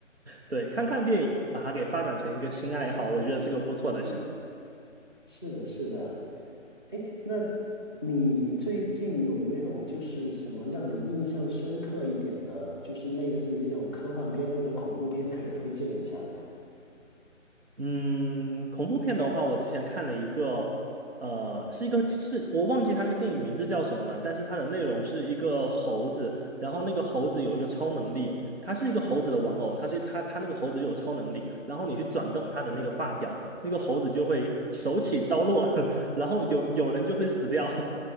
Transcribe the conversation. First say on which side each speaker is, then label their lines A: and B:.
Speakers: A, on the right; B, on the right.
A: 对，看看电影，把它给发展成一个新爱好，我觉得是个不错的想法。
B: 嗯，是的，是的。那你最近有没有就是什么让你印象深刻一点的，就是类似于那种科幻片或者恐怖片可以推荐一下的呀？
A: 嗯，恐怖片的话，我之前看了一个，呃，是一个是我忘记它那个电影名字叫什么了，但是它的内容是一个猴子，然后那个猴子有一个超能力，它是一个猴子的玩偶，它是它它那个猴子有超能力，然后你去转动它的那个发条，那个猴子就会手起刀落，<laughs> 然后有有人就会死掉。